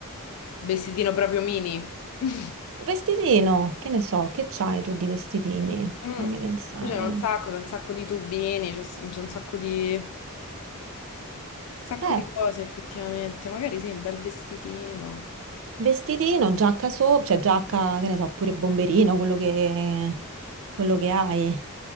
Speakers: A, on the left (about 75°); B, on the right (about 65°).
A: Vestitino proprio mini. <laughs>
B: vestitino, che ne so, che c'hai tu di vestitini?
A: Mm.
B: Fammi pensare.
A: Qui c'è un sacco, c'è un sacco di tubini, c'è c'è un sacco di, un sacco
B: Eh.
A: di cose effettivamente. Magari sì, un bel vestitino.
B: Vestitino, giacca sopra, cioè giacca, che ne so, pure bomberino, quello che, quello che hai.